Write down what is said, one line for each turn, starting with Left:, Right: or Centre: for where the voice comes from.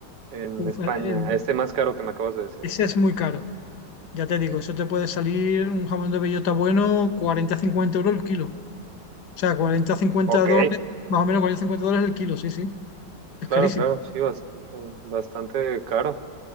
Right: en
Left: Uf,
Right: España,
Left: el- el-
Right: este más caro que me acabas de decir.
Left: ese es muy caro. Ya te digo, eso te puede salir un jamón de bellota bueno 40-50 euros el kilo. O sea, cuarenta cincuenta
Right: Ok,
Left: dólares, más o menos 40 50 dólares el kilo, sí, sí. Es
Right: claro,
Left: carísimo.
Right: claro, sí, bastante, bastante caro,